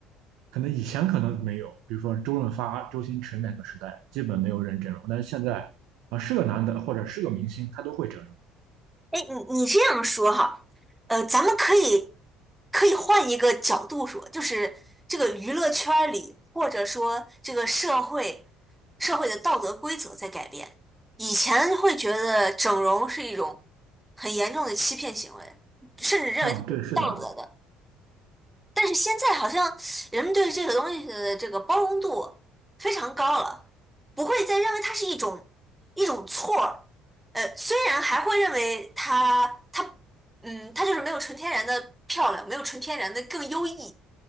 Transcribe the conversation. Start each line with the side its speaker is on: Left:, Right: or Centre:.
Right: 可能以前可能没有，比如说周润发、周星驰那个时代，基本没有人整容。但是现在啊，是个男的或者是个明星，他都会整容。
Centre: 哎，你你这样说哈，呃，咱们可以可以换一个角度说，就是这个娱乐圈儿里，或者说这个社会社会的道德规则在改变。以前会觉得整容是一种很严重的欺骗行为，甚至认为它是不道德的。
Right: 啊、对，是的，
Centre: 但是现在好像人们对这个东西的这个包容度非常高了，不会再认为它是一种一种错儿。呃，虽然还会认为它它嗯，它就是没有纯天然的漂亮，没有纯天然的更优异，